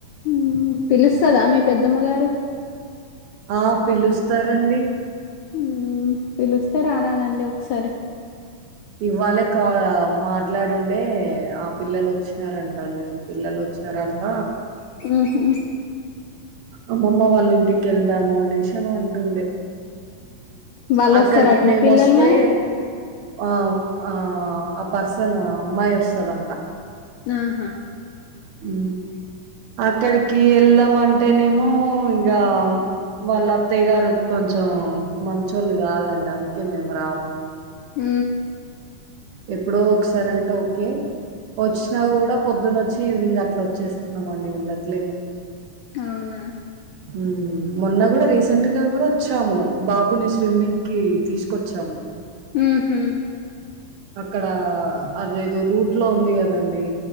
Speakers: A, on the left; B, on the right.
A: హుమ్ పిలుస్తదా మీ పెద్దమ్మ గారు
B: ఆ పిలుస్తారండీ
A: హుమ్ పిలుస్తే రారాదండి ఒక్సారి
B: ఇవాళే కా మాట్లాడుండే ఆ పిల్లలొచ్చినారంటండి పిల్లలు వచ్చారంట
A: ఉహు
B: అమ్మమ్మ వాళ్ళ ఇంటికి వెళ్దాము అనేసి ఏమో అంటుంది
A: వాళ్ళు
B: అక్కడికి
A: వస్తారటనా
B: మేముస్తే
A: పిల్లలు మరి
B: ఆ ఆ ఆ పర్సన్ అమ్మాయి వస్తది అంట
A: ఆహా
B: ఉ అక్కడికి వెళ్దాం అంటేనేమో ఇగ వాళ్ళ అత్తయ్య గారు కొంచెం మంచోళ్ళు కాదండి అందుకే మేము రాము
A: ఉ
B: ఎప్పుడో ఒకసారి అంటే ఓకే వచ్చినా కూడా పొద్దున్న వచ్చి ఈవినింగ్ అట్లా వచ్చేస్తున్నామండి ఉండట్లేము
A: అవునా
B: ఉ మొన్న కూడా రీసెంట్ గా కూడా వచ్చాము బాబుని స్విమ్మింగ్ కి తీసుకొచ్చాము
A: ఉ హు
B: అక్కడ అదేదో రూట్ లో ఉంది కదండి